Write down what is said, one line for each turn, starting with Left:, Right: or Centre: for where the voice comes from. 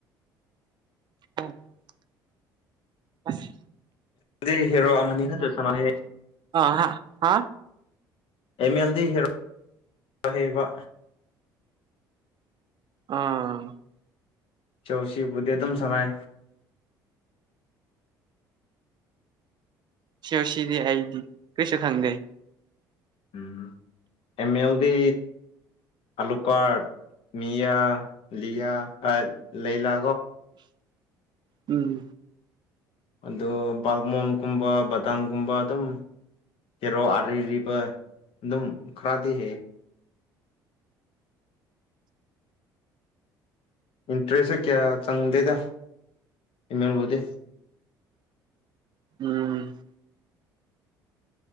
Right: <inaudible> ꯑꯁ
Left: ꯗꯤ ꯍꯦꯔꯣ ꯑꯃꯅꯤ ꯅꯠꯇ꯭ꯔ ꯁꯅꯍꯦ
Right: ꯑ ꯍꯥ ꯍꯥꯥ
Left: ꯑꯦꯝ ꯑꯦꯜꯗꯤ ꯍꯦꯔꯣꯏ ꯍꯩꯕ
Right: ꯑꯥ
Left: ꯆꯧꯁꯤꯕꯨꯗꯤ ꯑꯗꯨꯝ ꯁꯉꯥꯏ
Right: ꯁꯤ ꯑꯣ ꯁꯤꯗꯤ ꯑꯩꯗꯤ ꯀꯁꯨ ꯊꯪꯗꯦ
Left: ꯎ ꯑꯦꯝ ꯑꯦꯜꯗꯤ ꯑꯂꯨꯀꯥꯔ ꯃꯌꯥ ꯂꯤꯂꯤꯌꯥ ꯂꯩꯂ
Right: ꯎ ꯎꯝ
Left: ꯑ ꯕꯥꯜꯃꯣꯟꯒꯨꯝꯕ ꯕꯗꯥꯝꯒꯨꯝꯕ ꯑꯗꯨꯝ ꯀꯦꯔꯣ ꯑꯔꯤꯔꯤꯕ ꯑꯗꯨꯝ ꯈꯔꯗꯤ ꯍꯦꯛ ꯏꯟꯇꯔꯦꯁꯦ ꯀꯌꯥ ꯆꯪꯗꯦꯗ ꯏꯃꯦꯜꯕꯨꯗꯤ
Right: ꯎꯝ